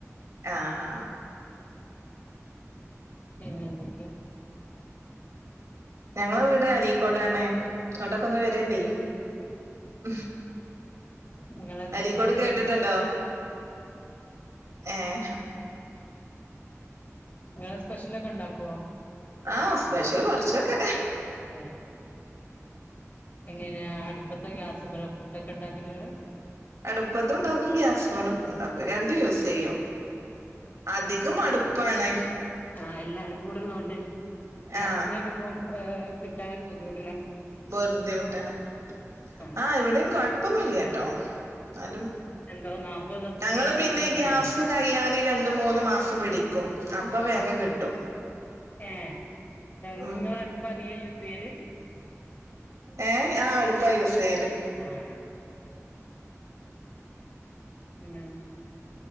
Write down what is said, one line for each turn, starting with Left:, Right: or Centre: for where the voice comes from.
Right: ആ ആ
Left: പിന്നെന്തൊക്കെ
Right: ഞങ്ങള് വീട് അരീക്കോടാണ് ഇങ്ങോട്ടൊക്കെ ഒന്ന് വരോണ്ടി
Left: ആഹ്
Right: <unintelligible>
Left: നിങ്ങള്
Right: അരീക്കോട്
Left: സ്പെഷ്യൽ
Right: കേട്ടിട്ടുണ്ടോ
Left: ഒക്കെ ഇണ്ടാക്കോ
Right: ഏഹ്
Left: നിങ്ങള് സ്പെഷ്യലൊക്കെ ഉണ്ടാക്കുവോ
Right: ആഹ് സ്പെഷ്യൽ കൊറച്ചൊക്കെ
Left: ഏഹ് എങ്ങനെയാ അടുപ്പത്തോ ഗ്യാസ്മേലോ ഫുഡ് ഒക്കെ ഉണ്ടാക്കല് നിങ്ങള്
Right: അടുപ്പത്തുണ്ടാക്കും ഗ്യാസ്മാലും ഉണ്ടാക്കും രണ്ടും യൂസ് ചെയ്യും അധികം അടുപ്പണ്
Left: ആ എല്ലാരും കൂടെ ഉള്ളോണ്ട് ഗ്യാസിനോക്കെ
Right: ആഹ്
Left: ഇപ്പം ഏ് കിട്ടാനൊക്കെ ബുദ്ധിമു
Right: ബന്ധിമുട്ടാണ്
Left: ആഹ്
Right: ആ ഇവിടെയും കുഴപ്പോന്നും ഇല്ലട്ടോ എന്നാലും
Left: എന്തോ നാപ്പത് ദിവസത്തിന്റെ
Right: ഞങ്ങള്
Left: കണക്കെന്തോ
Right: പിന്നെ ഗ്യാസ്
Left: ഉണ്ടല്ലോ
Right: കഴിയാന് രണ്ടു മൂന്ന് മാസം പിടിക്കും അപ്പൊ വേഗം കിട്ടും
Left: ഏ നിങ്ങള്
Right: ഉം
Left: അടുപ്പ അധികം യൂ സെയാല്
Right: ഏ ആ അടുപ്പ യൂസെയാല്
Left: ആഹ് പിന്നെന്താ